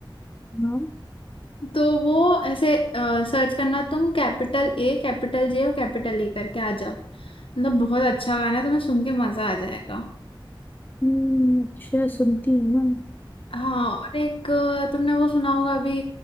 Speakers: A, on the left (about 20°); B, on the left (about 85°).
A: हाँ,
B: तो वो ऐसे सर्च करना तुम कैपिटल ए कैपिटल जे और कैपिटल ए करके आ जा मतलब बहुत अच्छा गाना है तुम्हें सुन के मजा आ जाएगा
A: हम्म, अच्छा सुनती हूँ मैं।
B: हाँ और एक अ, तुमने वो सुना होगा अभी